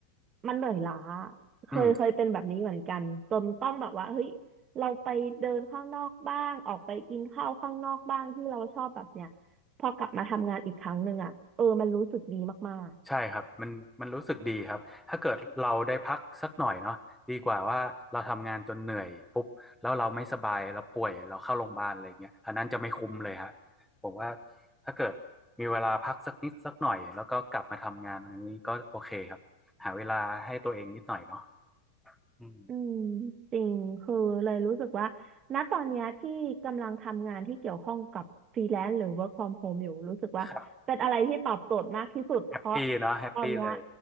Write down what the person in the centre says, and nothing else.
อืม
ใช่ครับมันมันรู้สึกดีครับ ถ้าเกิดเราได้พักสักหน่อยเนาะดีกว่าว่าเราทำงานจนเหนื่อยปุ๊บแล้วเราไม่สบายเราป่วยเราเข้าโรงพยาบาลอะไรเงี้ยอันนั้นจะไม่คุ้มเลยฮะผมว่าถ้าเกิดมีเวลาพักสักนิดสักหน่อยแล้วก็กลับมาทำงานอันนี้ก็โอเคครับหาเวลาให้ตัวเองนิดหน่อยเนาะอืม
ครับแฮปปี้เนาะแฮปปี้เลย